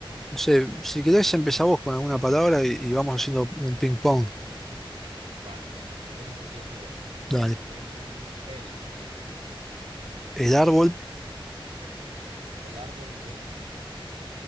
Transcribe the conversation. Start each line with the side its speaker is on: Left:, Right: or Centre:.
Centre: No sé, si querés empezar vos con alguna palabra y, y vamos haciendo un ping pong.
Right: vale. Entonces empiezo yo.
Centre: Dale.
Right: Em, el,
Centre: El árbol,
Right: el árbol de,